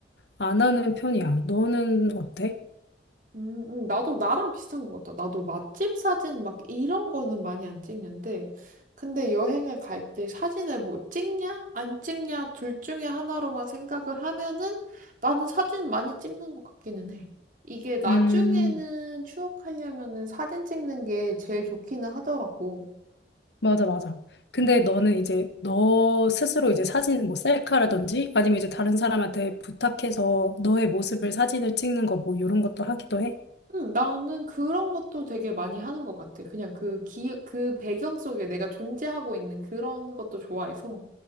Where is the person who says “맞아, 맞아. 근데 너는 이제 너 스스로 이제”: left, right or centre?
Left